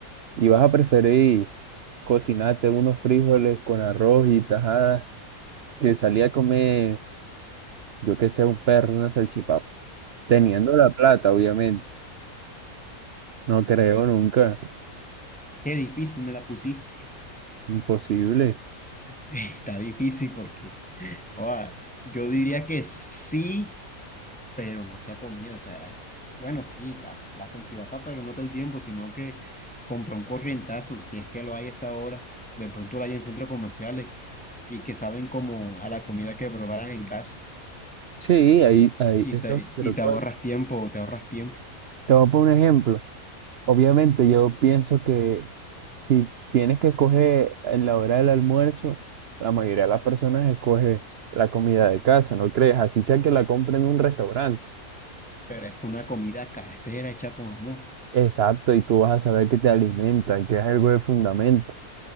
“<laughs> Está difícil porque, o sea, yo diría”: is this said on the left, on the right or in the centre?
Centre